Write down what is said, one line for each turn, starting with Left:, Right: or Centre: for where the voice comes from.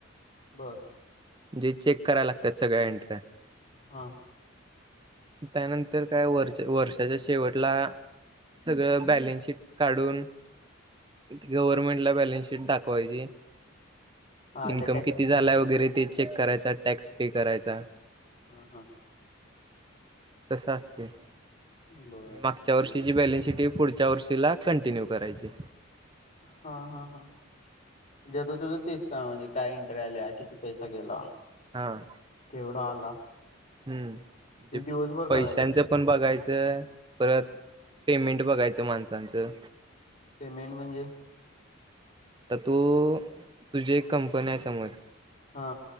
Left: बरं.
Right: जे चेक कराय लागत्यात सगळ्या एनट्र्या
Left: हा.
Right: त्यानंतर? काय वर् वर्षाच्या शेवटला, सगळं बॅलन्स शीट काढून गव्हर्नमेंट ला बॅलन्स शीट दाखवायची.
Left: हा म्हणजे
Right: इन्कम
Left: टॅक्सेशन
Right: किती झालाय वगैरे ते चेक करायचा, टॅक्स पे करायचा.
Left: हा हा.
Right: तस असतय,
Left: बर
Right: मागच्या
Left: म्हणजे
Right: वर्षीची बॅलन्स शीट ही पुढच्या वर्षीला कंटिन्यू करायची.
Left: हा हा हा. म्हणजे आता तुझं तेच काम म्हणजे काय एन्ट्र्या आल्या, किती पैसा गेला?
Right: हा
Left: केवढा आला?
Right: हम्म, म्हणजे
Left: हे दिवसभर करायचं
Right: पैशांचं पण बघायचं च परत पेमेंट बघायचं माणसांचं.
Left: पेमेंट म्हणजे?
Right: तर तू, तुझी एक कंपनी आहे समज.
Left: हा.